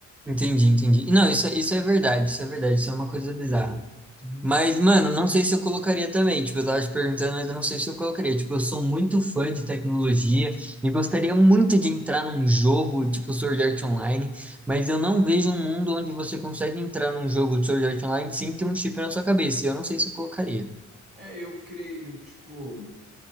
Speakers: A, in the centre; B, on the right (about 30°).
A: Entendi, entendi. Não, isso, é- isso é verdade, isso é verdade, isso é uma coisa bizarra.
B: Uhum.
A: Mas, mano, não sei se eu colocaria também. Tipo, eu tava te perguntando, mas eu não sei se eu colocaria. Tipo, eu sou muito fã de tecnologia e gostaria muito de entrar num jogo, tipo Sword Art Online, mas eu não vejo um mundo onde você consegue entrar num jogo de Sword Art Online sem ter um chip na sua cabeça. E eu não sei se eu colocaria.
B: É, eu creio, tipo,